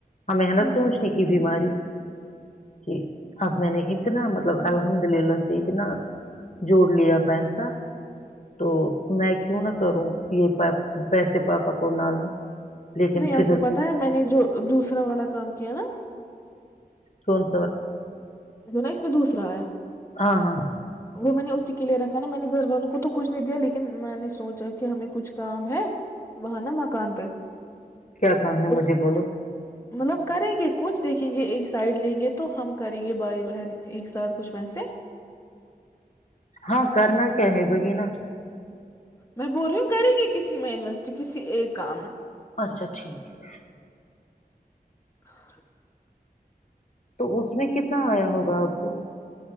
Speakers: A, on the left; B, on the left.
A: ہمیں ہے نا
B: ہاں
A: سوچنے
B: ہاں
A: کی بیماری کہ اب میں نے اتنا مطلب الحمد للہ سے اتنا جوڑ لیا پیسہ تو میں کیوں نہ کروں یہ پیسے پاپا کو نہ لوں لیکن
B: نہیں آپ
A: پھر
B: کو پتا ہے میں نے جو دوسرا والا کام کیا نا
A: سن
B: جائی <unintelligible> <inaudible> میں دوسرا آیا
A: ہاں ہاں
B: وہ میں نے اسی کے لیے رکھا نا میں نے گھر والوں کو تو کچھ نہیں دیا لیکن میں نے سوچا کہ ہمیں کچھ کام ہے وہاں نا مکان پہ
A: کیا کام ہے
B: اس
A: مجھے بولو
B: مطلب کریں گے کچھ دیکھیں گے ایک سائڈ لیں گے تو ہم کریں گے بھائی بہن ایک ساتھ کچھ پیسے
A: ہاں کرنا کیا ہے وہی نا
B: میں بول رہی ہوں کریں گی کسی میں انویسٹ کسی ایک کام میں
A: اچھا ٹھیک ہے
B: اور
A: تو اس نے کتنے کتنا آیا ہوگا آپ کو